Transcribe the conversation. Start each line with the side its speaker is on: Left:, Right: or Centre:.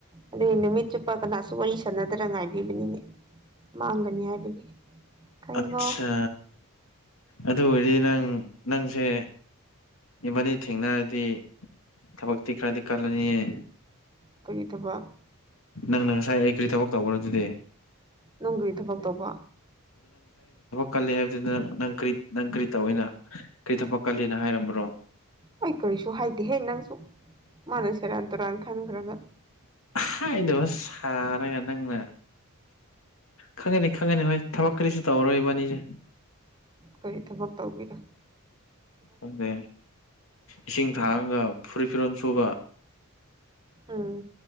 Right: ꯑꯗꯨꯗꯤ ꯅꯨꯃꯤꯠ ꯆꯨꯞꯄ ꯀꯅꯥꯁꯨ ꯋꯥꯔꯤ ꯁꯥꯟꯅꯗꯅ ꯉꯥꯏꯕꯤꯕꯅꯤꯅꯦ ꯃꯥꯡꯒꯅꯤ ꯍꯥꯏꯕꯒꯤ ꯀꯩꯒꯣ
Left: ꯑꯠꯁꯥ ꯑꯗꯨ ꯑꯣꯏꯔꯗꯤ ꯅꯪ ꯅꯪꯁꯦ ꯏꯃꯜꯅꯤ ꯊꯦꯡꯅꯔꯗꯤ ꯊꯕꯛꯇꯤ ꯈꯔꯗꯤ ꯀꯜꯂꯅꯤꯌꯦ
Right: ꯀꯔꯤꯗꯕ
Left: ꯅꯪꯅ ꯉꯁꯥꯏ ꯑꯩ ꯀꯔꯤ ꯊꯕꯛ ꯇꯧꯈ꯭ꯔ ꯑꯗꯨꯗꯤ
Right: ꯅꯪꯒꯤꯒꯤ ꯊꯕꯛ ꯇꯧꯕ
Left: ꯀꯜꯂꯤ ꯍꯥꯏꯕꯗꯨꯅ ꯅꯪ ꯀꯔꯤ ꯅꯪ ꯀꯔꯤ ꯇꯧꯏꯦꯅ ꯀꯔꯤ ꯊꯕꯛ ꯀꯜꯂꯤꯅ ꯍꯥꯏꯔꯝꯕꯔꯣ
Right: ꯍꯣꯏ ꯀꯔꯤꯁꯨ ꯍꯥꯏꯗꯦꯍꯦ ꯅꯪꯁꯨ ꯃꯥꯅ ꯁꯦꯔꯥꯟ ꯇꯨꯔꯥꯟ ꯈꯟꯈ꯭ꯔꯒ
Left: ꯍꯥꯏꯗꯕ ꯁꯥꯔꯉ ꯅꯪꯅ ꯈꯪ ꯈꯪꯉꯅꯤ ꯍꯣꯏ ꯊꯕꯛ ꯀꯔꯤꯁꯨ ꯇꯧꯔꯔꯣꯏ ꯏꯕꯥꯅꯤꯁꯦ
Right: ꯀꯔꯤ ꯊꯕꯛ ꯇꯧꯕꯤꯔꯣ
Left: ꯑꯗꯨꯗ ꯏꯁꯤꯡ ꯊꯥꯡꯉꯒ ꯐꯨꯔꯤꯠ ꯐꯤꯔꯣꯜ ꯁꯨꯕ
Right: ꯎꯝ